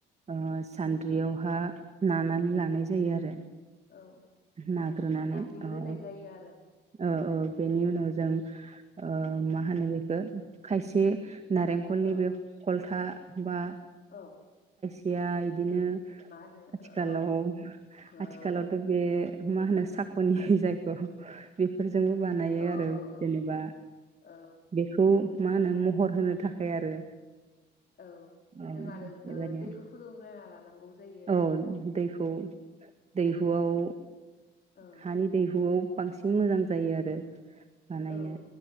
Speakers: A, on the right; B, on the left.
A: ओ सान्द्रियावहा
B: उम
A: नानानै लानाय जायो आरो।
B: औ
A: नाग्रोनानै
B: नाग्लिग्रोनाय
A: औ
B: जायो आरो।
A: औ औ बेनि उनाव जों ओ मा होनो बेखौ खायसे नारेंखलनि
B: औ
A: बे खल था बा
B: औ।
A: बेयाइ बिदिनो
B: मा होनो
A: आथिखालाव
B: अ खोद
A: आथिखालावथ' बे मा होनो साखनि जायखौ बेफोर जोंबो बानायो
B: औ
A: आरो।
B: औ औ
A: जेनेबा
B: औ
A: बेखौ मा होनो महर
B: उम
A: होनो थाखाय आरो।
B: औ
A: बेबायदि
B: जों आरो ओ दैखौ फुदुंग्रोना लानांगौ जायो
A: औ दैखौ दैहुआव
B: औ
A: हानि दैहुआव बांसिन मोजां जायो आरो। बानायनो
B: औ